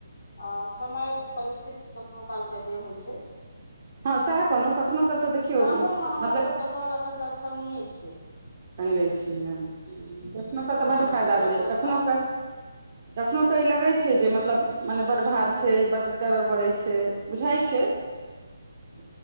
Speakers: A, on the left; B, on the right.
A: हँ समय परिस्थित कखनहु कालके जे होइ छै
B: हँ सएह कहलहुँ कखनो के तऽ देखियौ
A: गामोमे हमरा
B: मतलब
A: सभके सभ एखन तक सङ्गीे छियै
B: सङ्गै छियै कखनोकेँ तऽ बड्ड
A: हमर
B: फायदा
A: पितिया
B: बुझै
A: साउस
B: छै कखनहुेँ
A: सभ
B: कखनहु क ई लगैत छै जे मतलब मने बड्ड भार छै बड्ड करय पड़ैत छै बुझाइत छै <inaudible>